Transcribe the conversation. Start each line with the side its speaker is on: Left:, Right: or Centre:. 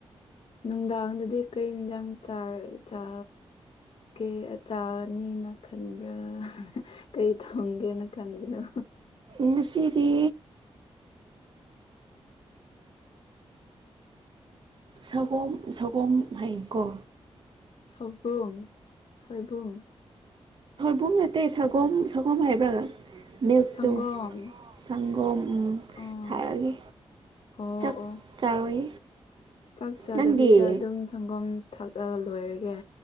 Left: ꯅꯨꯡꯗꯥꯡꯗꯗꯤ ꯀꯩ ꯌꯦꯟꯁꯥꯡ ꯆꯥ ꯆꯥ ꯀꯦ ꯆꯥꯅꯤꯅ ꯈꯟꯕ꯭ꯔꯥ ꯀꯩ ꯊꯣꯡꯒꯦꯅ ꯈꯟꯕꯅꯣ
Right: ꯉꯁꯤꯗꯤ ꯁꯒꯣꯝ ꯁꯒꯣꯝ ꯍꯥꯏꯌꯦꯀꯣ
Left: ꯁꯣꯏꯕꯨꯝ ꯁꯣꯏꯕꯨꯝ
Right: ꯁꯣꯏꯕꯨꯝ ꯅꯇꯦ ꯁꯒꯣꯝ ꯁꯒꯣꯝ ꯍꯥꯏꯕ꯭ꯔꯥ ꯃꯤꯜꯛꯇꯣ
Left: ꯁꯪꯒꯣꯝ
Right: ꯁꯪꯒꯣꯝ ꯎꯝ
Left: ꯑꯥ
Right: ꯊꯛꯑꯥꯒꯦ
Left: ꯑꯣ
Right: ꯆꯥꯛ
Left: ꯑꯣ
Right: ꯆꯥꯔꯣꯏ
Left: ꯆꯥꯛ ꯆꯥꯗꯕꯤꯗ
Right: ꯅꯪꯗꯤ
Left: ꯑꯗꯨꯝ ꯁꯪꯒꯣꯝ ꯊꯛꯑ ꯂꯣꯏꯔꯒꯦ